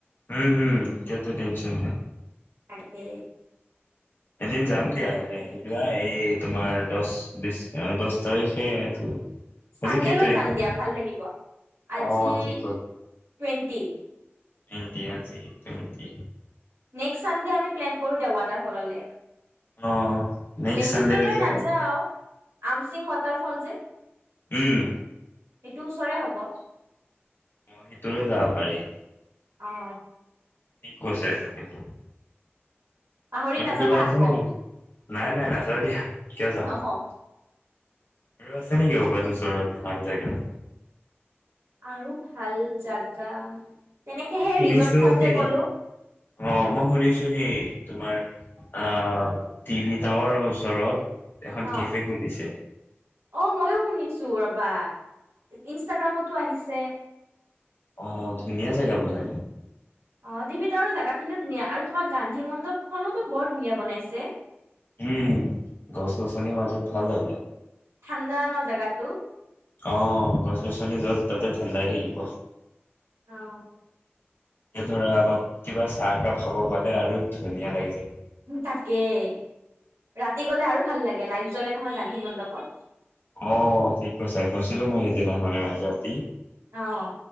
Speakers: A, on the left; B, on the right.
A: উম হুম কত টেচন নাই
B: তাকে
A: এদিন যাম দিয়া যোৱা এই তোমাৰ দহ বিশ দহ তাৰিখে এইটো
B: চানডে
A: আজি কেই
B: লৈ
A: তাৰিখ
B: যাম
A: হ'ল
B: দিয়া ভাল লাগিব আজি
A: অ ঠিক
B: টুৱেণ্টি
A: টেণ্টি আজি টুৱেণ্টি
B: নেক্সট চানডে আমি প্লেন কৰো দে ৱাটাৰফললে
A: অ নেক্সট
B: বেছি
A: চানডে
B: দূৰলৈ
A: লৈকে
B: নাযাও
A: বা
B: আমচিং ম তাৰ ফল যে
A: উম
B: সেইটো ওচৰে হব
A: অ সেইটোলৈ যাব পাৰি
B: অ
A: কি কৈছা এটো কিন্তু।
B: পাহৰি
A: আৰু
B: নাযাবা
A: কিবা আছে
B: আকৌ।
A: নেকি নাই নাই, নাযাওঁ দিয়া। কিয় যাম
B: আহ অ'।
A: আৰু আছে নেকি <unintelligible> ওচৰত, ভাল জেগা।
B: আৰু ভাল জাগা এনেকে
A: মই
B: সেই
A: শুনিছো
B: ৰিজৰ্টখন
A: সেই
B: যে ক'লো
A: অ', মই শুনিছো সেই, তোমাৰ আহ, টিভি টাৱাৰৰ ওচৰত এখন
B: অ
A: কেফে খুলিছে।
B: অ ময়ো শুনিছোঁ। চুব <unintelligible> ইনষ্টাগ্ৰামতো আহিছে।
A: আহ ধুনীয়া জেগা বোলে।
B: অ টিভিত আৰু জেগা খিনিও ধুনীয়া আৰু তোমাৰ। গান্ধী মণ্ডপ খনো তো বৰ ধুনীয়া বনাইছে।
A: উম গছ গছনি মাজত ভাল লাগে।
B: ঠাণ্ডা ন জেগাত। টো <unintelligible>
A: অ গছ গছনি য'ত তাতে ঠাণ্ডাই থাকিব।
B: অ
A: এই ধৰা বা কিবা চাহ একাপ খাব পালে আৰু ধুনীয়া লাগি যায়।
B: তাকেই ৰাতি গ'লে আৰু ভাল লাগে লাইট জ্বলে নহয় গান্ধী মণ্ডপত।
A: অ ঠিক কৈছা গৈছিলোঁ মই সেইদিনাখনে ৰাতি।
B: আহ